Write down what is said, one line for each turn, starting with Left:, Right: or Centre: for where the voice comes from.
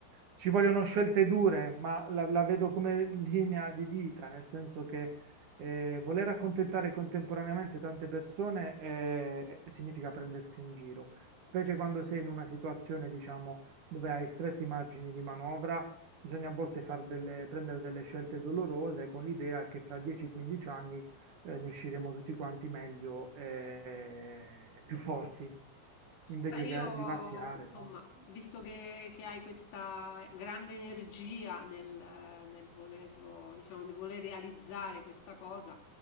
Right: ci vogliono scelte dure, ma la, la vedo come linea di vita, nel senso che eh, voler accontentare contemporaneamente tante persone eh, significa prendersi in giro, specie quando sei in una situazione, diciamo, dove hai stretti margini di manovra Bisogna a volte far delle- prendere delle scelte dolorose con l'idea che fra 10-15 anni eh, ne usciremo tutti quanti meglio e e più forti, invece
Left: Beh, io,
Right: che eh, vivacchiare,
Left: insomma,
Right: no?
Left: visto che, che hai questa grande energia nel, nel volerlo, diciamo, nel voler realizzare questa cosa,